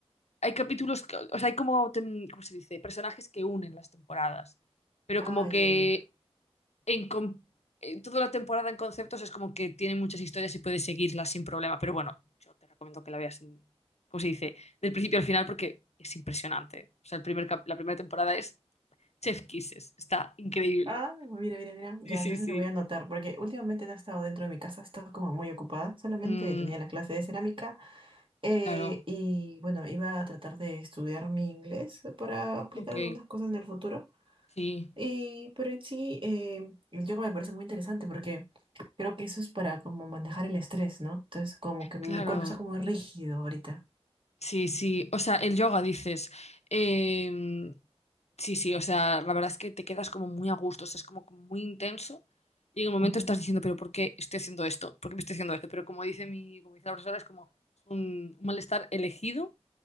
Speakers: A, on the left; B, on the right.
A: hay capítulos, que- o sea, hay como, tem- ¿cómo se dice? Personajes que unen las temporadas, pero
B: Ah,
A: como que
B: ya, ya, ya.
A: en con- eh, toda la temporada en conceptos es como que tiene muchas historias y puedes seguirlas sin problema. Pero bueno, yo te recomiendo que la veas, en- ¿cómo se dice? Del principio al final porque es impresionante. O sea, el primer cap- la primera temporada es Chef Kisses. Está increíble.
B: Ah, mira, mira, mira. Ya,
A: Sí, sí,
B: entonces
A: sí.
B: lo voy a anotar, porque últimamente no he estado dentro de mi casa, he estado como muy ocupada. Solamente
A: Mm,
B: tenía la clase de cerámica eh,
A: claro.
B: y bueno, iba a tratar de estudiar mi inglés para aplicar
A: Ok.
B: algunas cosas en el futuro.
A: Sí.
B: Y, pero en sí, eh, el yoga me parece muy interesante porque creo que eso es para como manejar el estrés, ¿no? Entonces, como que mi
A: Claro.
B: cuerpo está como rígido ahorita.
A: Sí, sí, o sea, el yoga dices. Em, sí, sí, o sea, la verdad es que te quedas como muy a gusto, o sea, es como muy intenso y en el momento
B: Ujú.
A: estás diciendo, pero ¿por qué estoy haciendo esto? ¿Por qué me estoy haciendo esto? Pero como dice mi, como dice la profesora, es como es un, un malestar elegido